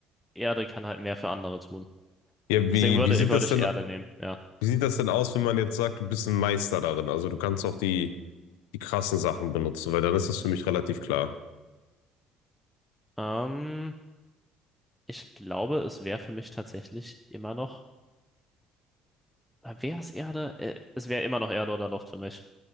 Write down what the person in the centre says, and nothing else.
Erde kann halt mehr für andere tun.
Deswegen
würde,
würde
ich
Erde nehmen, ja.
Ähm, Ich glaube, es wäre für mich tatsächlich immer noch. Wäre es Erde? Äh, Es wäre immer noch Erde oder Luft für mich.